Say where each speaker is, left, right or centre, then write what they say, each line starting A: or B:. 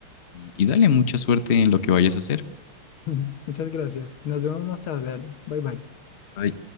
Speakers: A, on the left; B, on the left.
A: y, y dale mucha suerte en lo que vayas a hacer.
B: <laughs> Muchas gracias. Nos vemos más tarde, dale. Bye bye.
A: Bye.